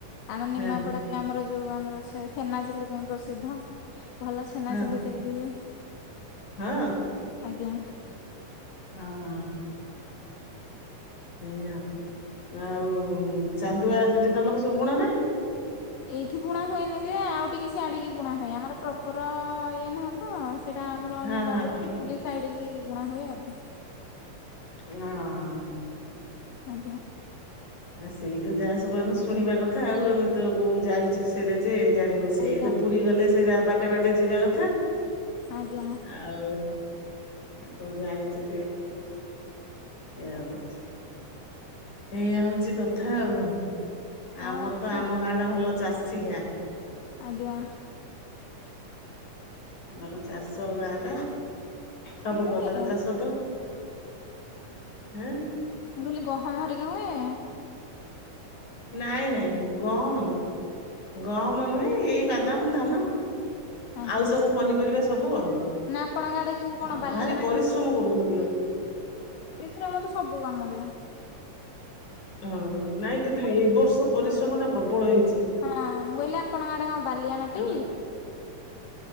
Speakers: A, on the left; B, on the left.
A: ଆମର ନିମାପଡା
B: ହଁ
A: ବି ଆମର ଯୋଉ ଆମର ଛେ ହେନା ଝିଲ୍ଲୀ ପାଇଁ ପ୍ରସିଦ୍ଧ। ଭଲ ଛେନା
B: ହଁ
A: ଝିଲ୍ଲୀ ତିଆରିି ହୁଏ।
B: ହଁ
A: ଆଜ୍ଞା।
B: ଅହଁ। ସେଇଆ ଆଉ ଆଉ ଚାନ୍ଦୁଆ ସେଠି ତମର ସବୁ ବୁଣାନା।
A: ଏଇଠି ବୁଣା ହୁଏନି ଯେ ଆଉ ଟିକେ ସିଆଡିକି ବୁଣା ହୁଏ ଆମର ପ୍ରପର ଇଏ ନୁହଁ ତ ସେଇଟା ଆମର
B: ହଁ
A: ନିମାପଡା
B: ହଁ ହଁ
A: ପିପିଲି ସାଇଡ କି ବୁଣା ହୁଏ ଆଉ।
B: ଅହଁ।
A: ଆଜ୍ଞା।
B: ଆ ସେଇ ତ ଯାହା ସବୁ ଆମେ ଶୁଣିବା କଥା ଆଉ ଆମେ ତ କୋଉ ଯାଇଚୁ ସିଆଡେ ଯା ଉ ସେଇତ
A: ଆଜ୍ଞା
B: ପୁରୀ ଗଲେ ସେଇ ରା ବାଟେ ବାଟେ ଯିବା କଥା
A: ଆଜ୍ଞା
B: ଆଉ ଆଉ କୋଉ ଜାଣିଚୁ ଯେ ଏୟା ହୋଉଛି ଏଇଆ ହୋଉଚି କଥା ଆଉ
A: ଆଉ
B: ଆମର
A: ଆପଣ
B: ତ ଆମ ଗାଁ ଟା ଭଲ ଚାଷୀ ଗାଁ।
A: ଆଜ୍ଞା।
B: ଭଲ ଚାଷ ଗାଁଟା ସବୁ
A: ଟିକେ ହୁଏ
B: ପ୍ରକାର
A: ମୁଁ
B: ଚାଷ ତ ହୁଁ।
A: ମୁଁ କହିଲି ଗହମ ହେରିକା ହୁଏ।
B: ନାଇଁ ନାଇଁ ଗହମ ନୁହଁ ଗହମ ନୁହେଁ ଏଇ ବାଦାମ ଧାନ।
A: ଆଜ୍ଞା
B: ଆଉ ସବୁ ପନିପରିବା ସବୁ ଆଉ।
A: ନା ଆପଣଙ୍କ ଆଡେ ଯୋଉ କଣ
B: ହଁ
A: ବାଲିଆ
B: ଭାରି ପରିଶ୍ରମ କରୁଚନ୍ତି ଲୋ
A: ପରିଶ୍ରମତ ସବୁ କାମରେ
B: ହଁ ନାଇଁ କିନ୍ତୁ
A: ମୁଁ କହିଲି
B: ଏ ବର୍ଷ ପରିଶ୍ରମ ଟା ପ୍ରବଳ ହେଇ
A: ହଁ ମୁଁ କହିଲି ଆପଣଙ୍କ ଆଡେ କଁ ବାଲିଆ ମାଟି।
B: ହେଲା